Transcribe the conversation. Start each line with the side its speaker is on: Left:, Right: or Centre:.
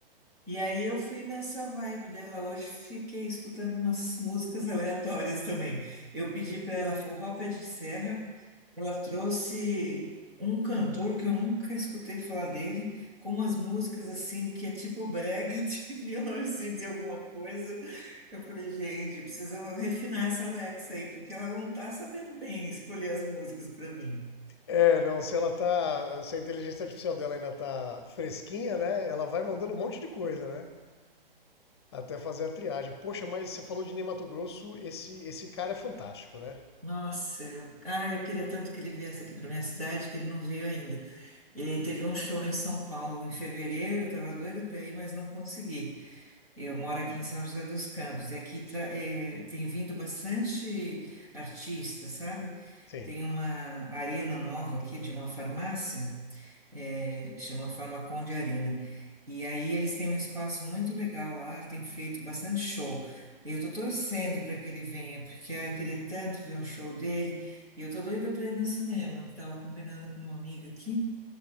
Right: E aí eu fui nessa vibe dela hoje, fiquei escutando umas músicas aleatórias também. Eu pedi para ela forró pé de serra, ela trouxe um cantor que eu nunca escutei falar dele, com umas músicas assim que é tipo brega <laughs> de 1900 e alguma coisa. Eu falei, gente, precisa refinar essa Alexa aí, porque ela não tá sabendo bem escolher as músicas para mim.
Left: É, não, se ela tá, se a inteligência artificial dela ainda tá fresquinha, né? Ela vai mandando um monte de coisa, né? Até fazer a triagem. Poxa, mas você falou de Ney Matogrosso, esse esse cara é fantástico, né?
Right: Nossa, eu, ai, eu queria tanto que ele viesse aqui para minha cidade, que ele não veio ainda. Ele teve um show em São Paulo em fevereiro, eu estava doida para ir, mas não consegui. Eu moro aqui em São José dos Campos, e aqui tra- eh, tem vindo bastante artista, sabe?
Left: Sim.
Right: Tem uma arena nova aqui de uma farmácia é, chama Farmaconde Arena. E aí eles têm um espaço muito legal lá, tem feito bastante show. E eu tô torcendo para que ele venha, porque ai, eu queria tanto ver um show dele. E eu tô doida para ir no cinema. Tava combinando com uma amiga aqui,